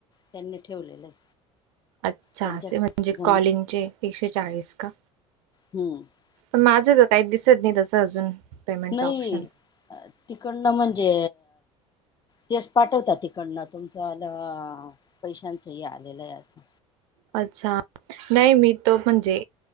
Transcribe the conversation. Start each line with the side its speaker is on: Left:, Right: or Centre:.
Left: त्यांनी ठेवलेलं आहे.
Right: अच्छा
Left: त्यांच्या
Right: असे म्हणजे
Left: जमा
Right: कॉलिंगचे एकशे चाळीस का?
Left: हम्म
Right: माझं तर काही दिसत नाही तसं अजून. पेमेंटचं
Left: नाही
Right: ऑप्शन
Left: तिकडनं म्हणजे. तेवस पाठवतात तिकडनं तुमचं आलं पैशांचंही आलेलं आहे असं.
Right: अच्छा. नाही मी तो म्हणजे